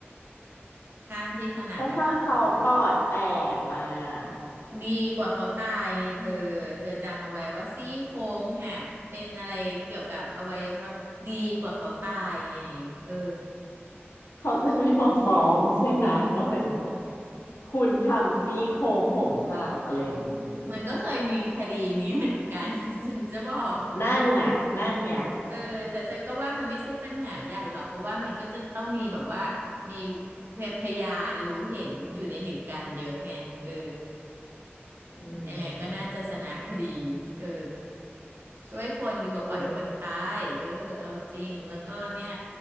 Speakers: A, on the right; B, on the left.
A: ข้างที่ถนัดแต่วางลงไป
B: แล้วถ้าเขาปอดแตกล่ะ
A: ดีกว่าเขาตายเธอเธอจำเอาไว้ว่าซี่โครงหักเป็นอะไรเกี่ยวกับอวัยวะดีกว่าเขาตายไงเออ
B: เขาจะไม่มาฟ้องใช่ไหมว่าเหมือนแบบคุณทำซี่โครงผมหักอะไรอย่างนี้
A: มันก็เคยมีคดีนี้เหมือนกัน <laughs> ฉันจะบอก
B: นั่นนะนั่นไง
A: เออแต่ฉันก็ว่ามันไม่ใช่ปัญหาใหญ่หรอกเพราะว่ามันก็จะต้องมีแบบว่ามีพยานรู้เห็นอยู่ในเหตุการณ์เยอะไงเออ
B: อื
A: ยังไงก็น่าจะชนะคดี
B: ม
A: เออช่วยคนดีกว่าปล่อยคนตายเออเอาจริง
B: โอ้
A: แล้วก็เนี่ย